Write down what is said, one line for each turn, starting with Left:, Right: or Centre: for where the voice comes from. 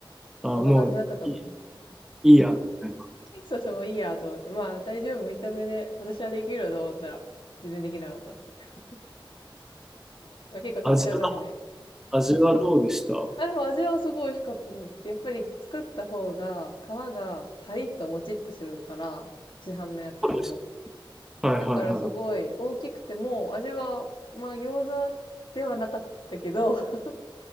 Centre: あ、
Left: そんな感じだったと思います。
Centre: もういい、いいや。みたいな
Left: そうそう、もういいやと思って。まあ、大丈夫、見た目で、私はできるよと思ったら、全然できなかったっていう。<laughs> まあ、結構適当なんで。
Centre: 味は、味はどうでしたそ
Left: あ、でも味はすごい美味しかったです。やっぱり作った方が、皮がパリッともちっとするから、市販のやつよりも。
Centre: うですはいはいはい。
Left: だからすごい大きくても、味は、まあ餃子ではなかったけど、<laughs>